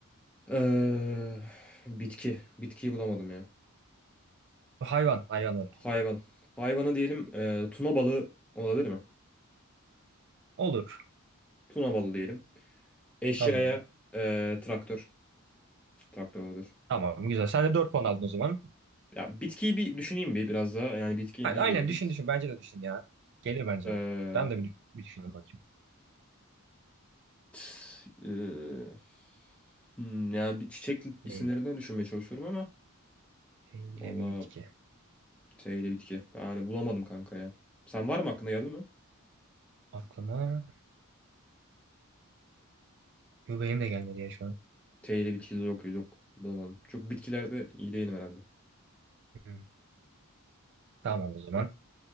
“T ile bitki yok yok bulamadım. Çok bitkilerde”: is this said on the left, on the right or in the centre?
Centre